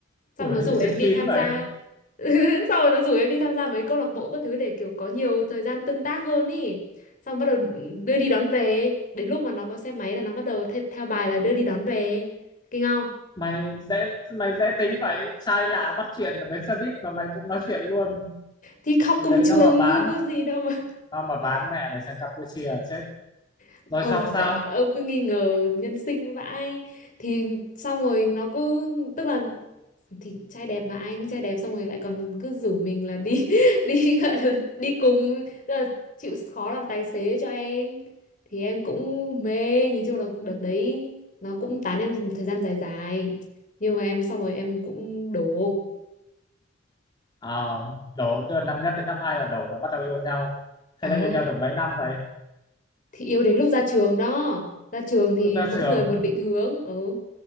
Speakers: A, on the left; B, on the left.
A: xong
B: Ủa
A: nó rủ
B: như
A: em
B: trên
A: đi
B: phim
A: tham
B: vậy
A: gia <laughs> xong rồi nó rủ em đi tham gia mấy câu lạc bộ các thứ để kiểu có nhiều thời gian tương tác hơn ý xong bắt đầu đưa đi đón về đến lúc mà nó có xe máy là nó bắt đầu the- theo bài là đưa đi đón về kinh không
B: mày dễ mày dễ tính vậy trai lạ bắt chuyện ở bến xe buýt mà mày cũng nói chuyện luôn
A: thì học
B: ở
A: cùng
B: đấy
A: trường
B: nó mà bán
A: chứ có gì đâu mà.
B: nó mà bán mẹ mày sang Campuchia là chết
A: <laughs>
B: rồi
A: ông
B: xong sao
A: vậy ông cứ nghi ngờ nhân sinh vãi thì xong rồi nó cứ tức là thì trai đẹp mà anh trai đẹp xong rồi lại còn cứ rủ mình là đi <laughs> đi gọi là đi cùng tức là chịu khó làm tài xế cho em thì em cũng mê nhìn chung là đợt đấy nó cũng tán em thời gian dài dài nhưng mà em xong rồi em cũng đổ
B: Ờ, đổ tức là năm nhất đến năm hai là đổ là bắt đầu yêu nhau
A: ờ
B: thế là yêu nhau được mấy năm vậy
A: thì yêu đến lúc ra trường đó ra trường thì
B: lúc ra
A: mỗi
B: trường
A: người một định hướng ừ